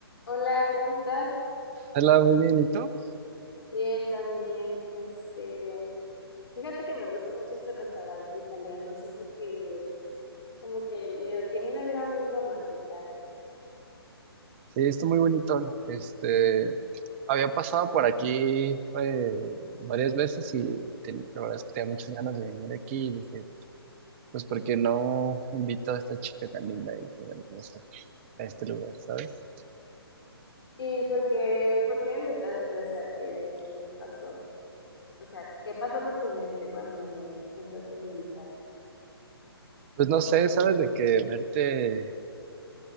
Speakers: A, on the left; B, on the right.
A: Hola, ¿cómo estás?
B: Hola, muy bien, ¿y tú?
A: Bien, también. Este, fíjate que me gusta mucho este restaurante italiano. Siento que como que le tiene una vibra muy romántica, ¿eh?
B: Sí, está muy bonito. Este, había pasado por aquí eh, varias veces y ten- la verdad es que tenía muchas ganas de venir aquí y dije, pues, ¿por qué no invito a esta chica tan linda y tan hermosa a este lugar, ¿sabes?
A: ¿Y por qué, por qué me invitaste? O sea, ¿qué, qué pasó? O sea, ¿qué pasó por tu mente cuando me pensaste en invitar?
B: Pues no sé, ¿sabes? De que verte,